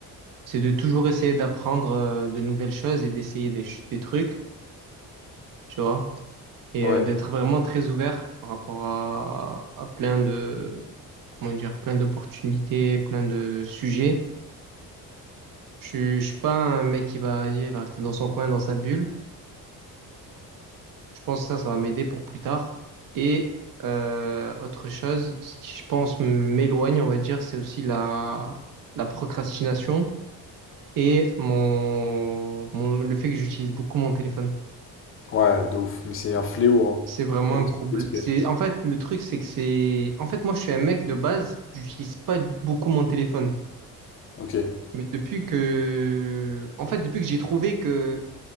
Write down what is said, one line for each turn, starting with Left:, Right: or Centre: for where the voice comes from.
Right: c'est de toujours essayer d'apprendre euh, de nouvelles choses et d'essayer des, ch- des trucs, tu vois, et
Left: Ouais.
Right: euh, d'être vraiment très ouvert par rapport à, à plein de, comment dire, plein d'opportunités, plein de sujets Je, suis- je suis pas un mec qui va, vas-y, il va rester dans son coin, dans sa bulle. Je pense que ça, ça va m'aider pour plus tard. Et euh, autre chose, ce qui, je pense, m'éloigne, on va dire, c'est aussi la, la procrastination et mon, mon, le fait que j'utilise beaucoup mon téléphone.
Left: Ouais, de ouf, mais c'est un fléau, hein.
Right: C'est vraiment
Left: Ouais,
Right: un problème.
Left: tu peux te détruire.
Right: C'est, en fait, le truc, c'est que c'est, en fait, moi, je suis un mec de base, j'utilise pas beaucoup mon téléphone.
Left: Ok. Ouais,
Right: Mais depuis que, en fait, depuis que j'ai trouvé que